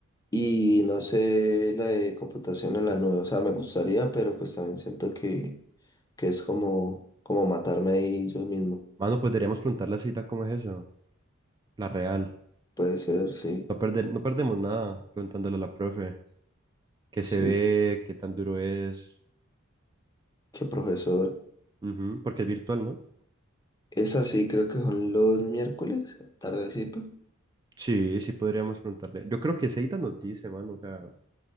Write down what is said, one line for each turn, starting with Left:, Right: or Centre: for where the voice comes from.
Left: Y no sé la de computación en la nube, o sea, me gustaría, pero pues también siento que, que es como, como matarme ahí yo mismo.
Right: Mano, pues deberíamos preguntar la cita, ¿cómo es eso? La real.
Left: Puede ser, sí,
Right: No perder, no perdemos nada preguntándole a la profe. ¿Qué
Left: sí,
Right: se ve? ¿Qué tan duro es?
Left: qué profesor.
Right: Ujú, porque es virtual, ¿no?
Left: Es así, creo que son los miércoles, tardecito.
Right: Sí, sí podríamos preguntarle. Yo creo que Seita nos dice, mano, o sea,